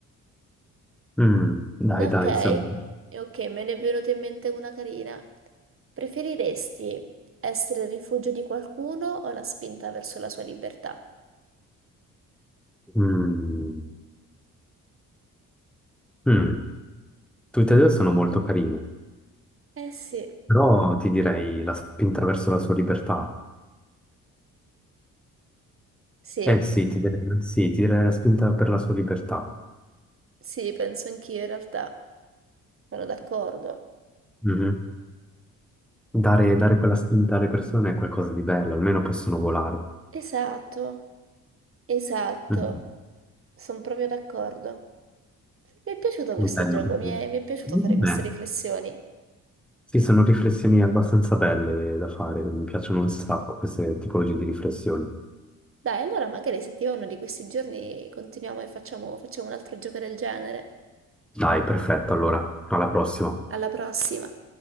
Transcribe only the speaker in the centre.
Mm, Dai,
dai, sono...
Mm, mm. Tutte e due sono molto carine,
però ti direi la spinta verso la sua libertà.
Eh sì, ti deve, sì, ti deve la spinta per la sua libertà.
Mhm. Dare, dare quella spinta alle persone è qualcosa di bello, almeno possono volare.
Mhm.
Bello,
quindi.
Beh,
sì, sono riflessioni abbastanza belle da fare, mi piacciono un sacco queste tipologie di riflessioni.
Dai, perfetto, allora, alla prossima.